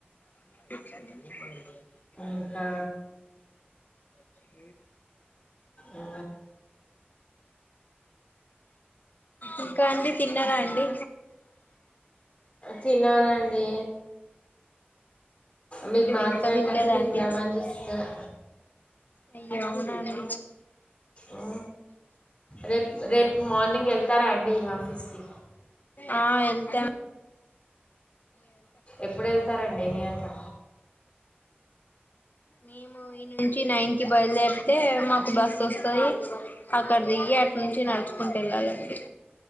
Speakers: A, on the left; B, on the left.
A: <inaudible>
B: ఇంకా
A: <inaudible>
B: ఆ,
A: ఇంకా అండి తిన్నారా అండి
B: తినాలండి మీరు
A: అయ్యో
B: మాట్లాడినాక
A: ఇంకా తినలేదండి
B: తిందామని చూస్తున్నా
A: అయ అవునాజ
B: ఉ రేపు రేపు మార్నింగ్ వెళ్తారా అండి ఈ ఆఫీస్కి
A: ఆ వెళ్తేా
B: ఎప్పుడు వెళ్తారండి నీ అట్లా
A: మేము ఈ నుంచి నైన్ కి బయలుదేరితే మాకు బస్ వస్తాది క్కడ దియగి అటు నుంచి నడుచుకుంటూ వెళ్ళాలండి